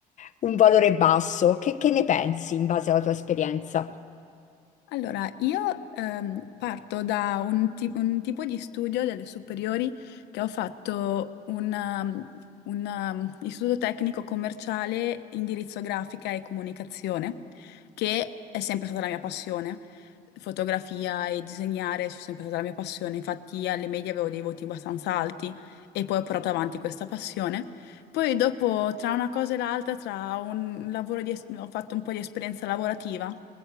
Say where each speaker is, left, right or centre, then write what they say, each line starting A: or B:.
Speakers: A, on the left; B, on the left.
A: un valore basso. Che, che ne pensi in base alla tua esperienza?
B: Allora, io ehm, parto da un, ti- un tipo di studio delle superiori che ho fatto un, um, un, um, istituto tecnico commerciale, indirizzo grafica e comunicazione, che è sempre stata la mia passione. Fotografia e disegnare sono sempre stata la mia passione, infatti alle medie avevo dei voti abbastanza alti e poi ho portato avanti questa passione. Poi dopo, tra una cosa e l'altra, tra un lavoro di es- ho fatto un po' di esperienza lavorativa